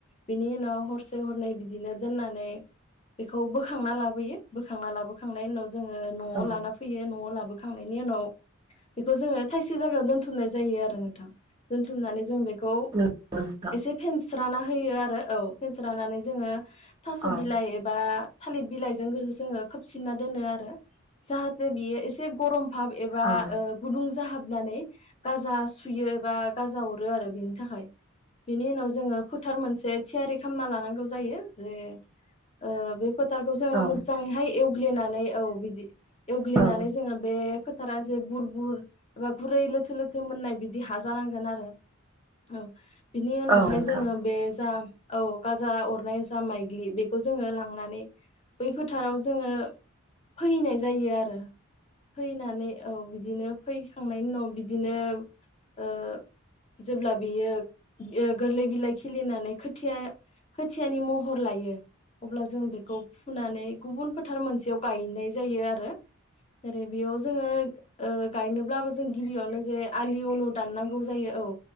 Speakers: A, on the left; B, on the right.
A: बिनि उनाव हरसे हरनै बिदिनो दोननानै बेखौ बोखांना लाबोयो बोखांना लाबोखांनायनि उनाव जोंङो न'आव
B: औ
A: लाना फैयो न'आव लाबो खांनायनि उनाव बेखौ जोंङो थायसे जायगायाव दोनथुमनाय जायो आरो नोंथां दोनथुमनानै जों बे बेखौ
B: नंगौ नोंथां
A: एसे फेनस्राना होयो आरो औ फेनस्रानानै जोंङो थास'
B: औ
A: बिलाइ एबा थालिर बिलाइजों जोंङो खोबसिनना दोनो आरो जाहाथे बियो एसे गरम फाब एबा
B: औ
A: ओ गुदुं जाहाबनानै गाजा सुयो एबा गाजा अरो आरो बिनि थाखाय बिनि उनाव जोंङो फोथार मोनसे थियारि खालामना लानांगौ जायो जे ओ बे फोथारखौ जोंङो
B: औ
A: मोजाङैहाय एवग्लिनानै औ बिदि एवग्लिनानै
B: औ
A: जोंङो बे फोथारा जे बुर बुर एबा गुरै लोथो लोथो मोननाय बिदि हाजानांगोन आरो औ बिनि उनावहाय
B: औ नोंथां
A: जोंङो बे जा औ गाजा अरनाय जा माइग्लि बेखौ जोंङो लांनानै बै फोथाराव जोंङो फोहैनाय जायो आरो। फोहैनानै औ बिदिनो फोहैखांनायनि उनाव बिदिनो ओ जेब्ला बियो ओ गोरलै बिलाइ खिलिनानै खोथिया खोथियानि महर लायो। अब्ला जों बेखौ फुनानै गुबुन फोथार मोनसेयाव गायनाय जायो आरो जेरै बेयाव जोङो ओ गायनोब्लाबो जों गिबियावनो जे आलि अनु दाननांगौ जायो औ